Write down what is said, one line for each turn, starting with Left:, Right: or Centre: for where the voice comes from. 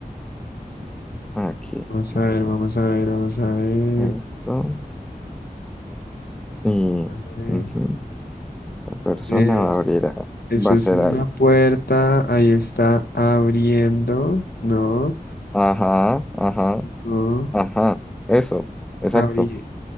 Centre: aquí.
Left: vamos a ver,
Centre: Pues,
Left: vamos a ver, vamos a ver.
Centre: esto. Y
Left: A ver.
Centre: ujú, la persona
Left: Es-
Centre: va a abrir, a-
Left: eso
Centre: va a hacer
Left: es una
Centre: algo.
Left: puerta. Ahí está abriendo. No.
Centre: Ajá, ajá,
Left: No.
Centre: ajá. Eso, exacto.
Left: Abrir.